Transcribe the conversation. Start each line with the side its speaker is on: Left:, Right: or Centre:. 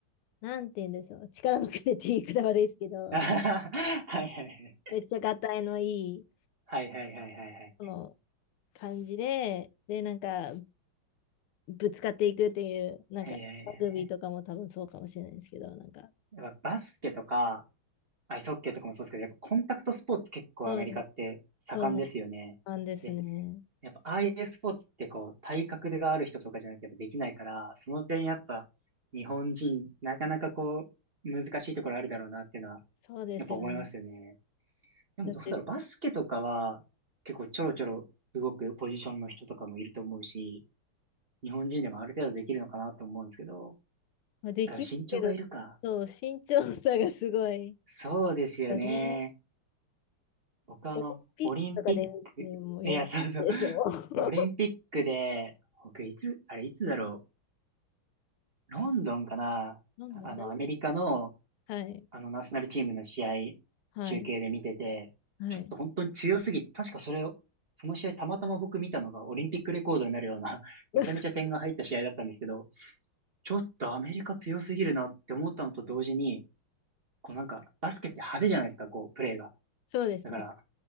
Left: なんて言うんでしょう。力のくれって言い方悪いですけど、
Right: <laughs> はいはいはい。
Left: めっちゃがたいのいい、
Right: はいはいはいはいはい。
Left: その感じで、でなんかぶつかっていくっていう、なんかラグビーとかも多分そうかもしれないですけど、
Right: はいはいはいはい。
Left: なんか、
Right: やっぱバスケとか、アイスホッケーとかもそうですけど、やっぱコンタクトスポーツ結構アメリカって盛んですよね。
Left: そう、そうな感じですね。
Right: で、やっぱああいうスポーツってこう、体格がある人とかじゃないとやっぱできないから、その点やっぱ日本人、なかなかこう、難しいところあるだろうなっていうのは、
Left: そうですよね。
Right: やっぱ思いますよね。でもどうだろう、
Left: だって、
Right: バスケとかは結構ちょろちょろ動くポジションの人とかもいると思うし、日本人でもある程度できるのかなと思うんですけど、
Left: まあ、できるけど、
Right: あでも身長がいるか。
Left: そう、身長差がすごい
Right: そうですよね。
Left: よね。
Right: 僕はあの、
Left: オリンピックとかで見て、
Right: オリンピック、いや、
Left: もうやばかったですよ。
Right: そうそう。
Left: <laughs>
Right: オリンピックで、僕いつ、あれいつだろう。ロンドンかなあの、
Left: どんだ、大丈夫です。
Right: アメリカの、
Left: はい、
Right: あの、ナショナルチームの試合、
Left: はい、
Right: 中継で見てて、
Left: はい。
Right: ちょっと本当に強すぎて、確かそれを、その試合たまたま僕見たのがオリンピックレコードになるような、<laughs>
Left: <laughs>
Right: めちゃめちゃ点が入った試合だったんですけど、ちょっとアメリカ強すぎるなって思ったのと同時に、こうなんか、バスケって派手じゃないですか、こう、プレーが。
Left: そうですね。
Right: だから、